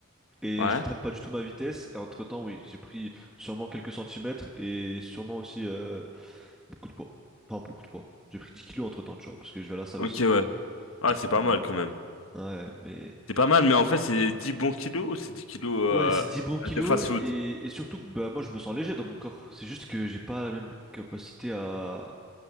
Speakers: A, in the centre; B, on the left.
A: et
B: Ouais.
A: je traîne pas du tout ma vitesse. Et entre-temps, oui, j'ai pris sûrement quelques centimètres et sûrement aussi euh, beaucoup de poids. Enfin, beaucoup de poids. J'ai pris 10 kilos entre-temps, tu vois, parce que je vais à la salle
B: Ok,
A: aussi.
B: ouais. Ah,
A: Donc,
B: c'est pas
A: euh,
B: mal quand même.
A: ouais, mais...
B: C'est pas mal, mais en fait, c'est 10 bons kilos ou c'est 10 kilos
A: Ouais,
B: euh,
A: c'est 10 bons kilos,
B: de fast-food?
A: et, et surtout que bah, moi, je me sens léger dans mon corps. C'est juste que j'ai pas la même capacité à,